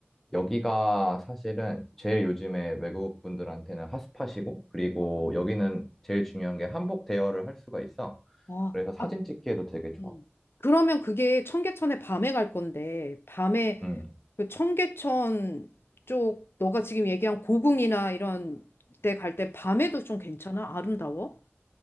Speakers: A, in the centre; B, on the left (about 65°).
A: 여기가 사실은 제일 요즘에 외국 분들한테는 핫스팟이고, 그리고
B: 어,
A: 여기는 제일 중요한 게 한복 대여를 할 수가 있어.
B: 어.
A: 그래서 사진
B: 아,
A: 찍기에도 되게 좋아.
B: 음. 그러면 그게 청계천에 밤에 갈 건데 밤에
A: 음.
B: 그 청계천 쪽 너가 지금 얘기한 고궁이나 이런 데 갈 때 밤에도 좀 괜찮아? 아름다워?